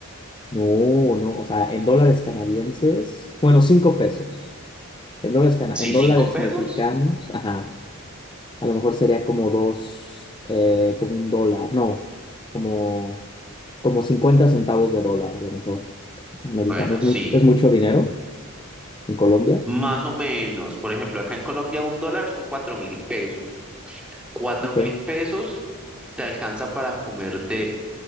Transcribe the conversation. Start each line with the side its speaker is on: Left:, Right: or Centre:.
Left: no, no, o sea, en dólares canadienses, bueno, cinco pesos. En dólares, cana-
Centre: Sí,
Left: en dólares
Centre: cinco pesos.
Left: mexicanos, ajá, a lo mejor sería como dos, eh, como un dólar, no, como, como 50 centavos de dólar, a lo mejor, americano.
Centre: Bueno,
Left: Es
Centre: sí,
Left: mucho, es mucho dinero en Colombia.
Centre: más o menos. Por ejemplo, acá en Colombia un dólar son cuatro mil pesos. cuatro
Left: Ok.
Centre: mil pesos te alcanza para comerte